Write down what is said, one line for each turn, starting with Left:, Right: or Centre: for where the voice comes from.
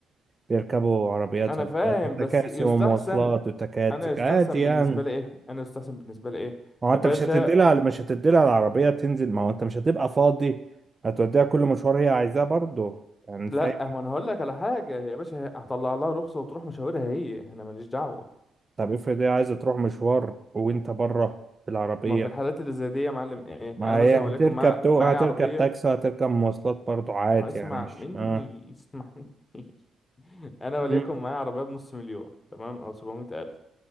Right: بيركبوا عربيات
Left: انا فاهم
Right: تكاسي
Left: بس يستحسن
Right: ومواصلات وتكاتك
Left: انا يستحسن
Right: عادي يعني
Left: بالنسبه لي ايه انا يستحسن بالنسبه لي ايه
Right: ما هو
Left: يا
Right: انت
Left: باشا
Right: مش هتدي لها مش هتدي لها العربية تنزل ما هو انت مش هتبقى فاضي هتوديها كل مشوار هي عايزاه برضه يعني
Left: لا
Right: فاهم
Left: ما انا هقول لك على حاجه يا باشا هطلع لها رخصه وتروح مشاورها هي انا ماليش دعوه
Right: طب افرض هي عايزة تروح مشوار وانت بره في العربية
Left: ما في الحالات اللي زي دي يا معلم ايه
Right: ما
Left: انا
Right: هي
Left: مثلا وليكن
Right: هتركب
Left: مع...
Right: تو
Left: معايا
Right: هتركب
Left: عربيه
Right: تاكسي هتركب مواصلات برضه عادي
Left: ما هيسمع
Right: يعني مش
Left: مني
Right: اه
Left: يسمع مني <laughs> انا
Right: مم.
Left: وليكن معايا عربيه بنص مليون تمام او 700 الف